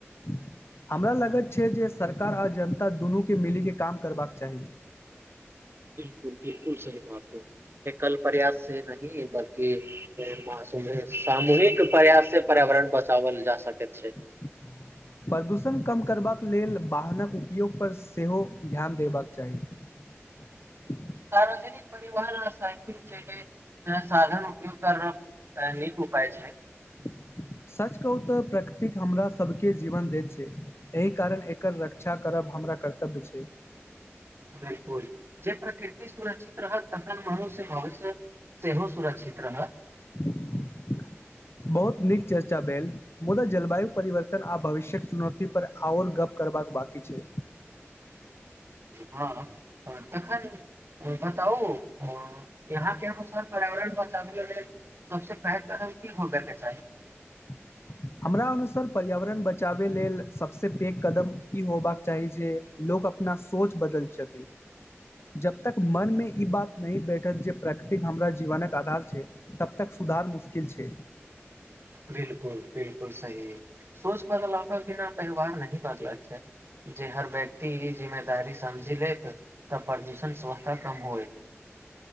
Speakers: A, on the left; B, on the right.
A: <unintelligible> हमरा लागत छै जे सरकार आ जनता दुनूके मिलीके काम करबाक चाही
B: बिलकुल बिलकुल सही बात एकल प्रयास से नहि बल्कि मासोमे सामूहिक प्रयास से पर्यावरण बचावल जा सकैत छै
A: <unintelligible> प्रदूषण कम करबाक लेल वाहनक उपयोगपर सेहो ध्यान देबाक चाही <unintelligible>
B: सार्वजनिक परिवहन साइकिल छै साधन उपयोग करब नीक उपाय छै
A: <unintelligible> सच कहू तऽ प्रकृतिक हमरा सबके जीवन दैत छै एहि कारण एकर रक्षा करब हमरा कर्तव्य छै
B: बिल्कुल जे प्रकृति सुरक्षित रहत तखन मनुष्य भविष्य सेहो सुरक्षित रहत
A: <unintelligible> बहुत नीक चर्चा भेल मुदा जलवायु परिवर्तन आ भविष्यक चुनौती पर आओर गप करबाक बाकी छै
B: हँ तन ओ बताओ यहाँके अनुसार पर्यावरण बचाब सबसे पैघ कारण की होबे के चाही
A: <unintelligible> हमरा अनुसार पर्यावरण बचावे लेल सबस पैघ कदम ई होबाक चाही जे लोग अपना सोच बदल जेतै जब तक मनमे ई बात नहि बैठत जे प्रकृतिक हमरा जीवनक आधार छै तबतक सुधार मुश्किल छै
B: बिलकुल बिलकुल सही सोच बदलाव के बिना त्योहार नहि बदला छै जे हर व्यक्ति इ जिमे दारी समझी लेत तब प्रदूषण स्वस्थः कम होए